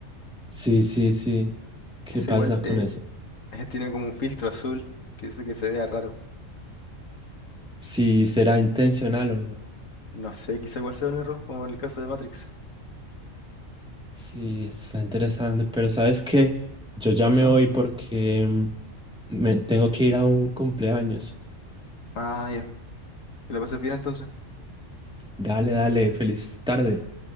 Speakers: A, in the centre; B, on the left (about 80°).
A: Sí, sí, sí. ¿Qué
B: Ese
A: pasa
B: igual
A: con
B: eh,
A: eso?
B: <laughs> tiene como un filtro azul que hace que se vea raro.
A: Si será intencional o no.
B: No sé, quizá igual sea un error, como en el caso de Matrix.
A: Sí, está interesante, pero ¿sabes qué? Yo ya
B: ¿Qué pasó?
A: me voy porque mm, me tengo que ir a un cumpleaños.
B: Ah, ya. Que la pases bien entonces.
A: Dale, dale, feliz tarde.